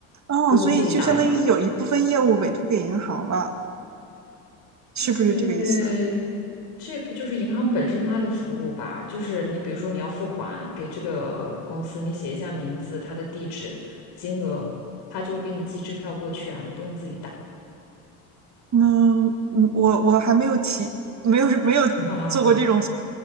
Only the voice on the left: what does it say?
不用自己打印。
呃，这个就是银行本身它的服务吧，就是你比如说你要付款给这个公司，你写一下名字、它的地址、金额，他就会给你寄支票过去啊，你不用自己打。
<laughs> 哈哈哈哈，